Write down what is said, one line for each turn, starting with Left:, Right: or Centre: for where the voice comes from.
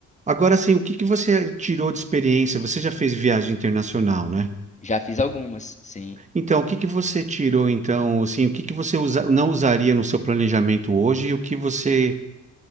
Right: agora sim, o que que você tirou de experiência? Você já fez viagem internacional, né?
Left: Já fiz algumas, sim.
Right: Então, o que que você tirou, então, assim, o que que você usa- não usaria no seu planejamento hoje e o que você,